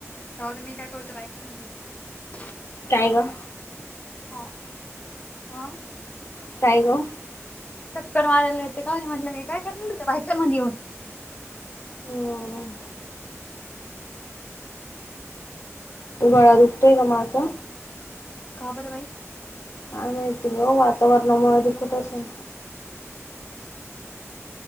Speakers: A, on the left; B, on the left.
A: जावूदे मी काय करतो बायकां मध्ये ये.
B: काय गं?
A: ह. ह.
B: काय गो?
A: चक्कर माराला होते का म्हटलं क काय करणार बायकांमध्ये येऊन.
B: हम्म गळा दुखतोय गं माझा.
A: का बरं बाई?
B: काय माहिती गं. वातावरणामुळे दुखत असेल.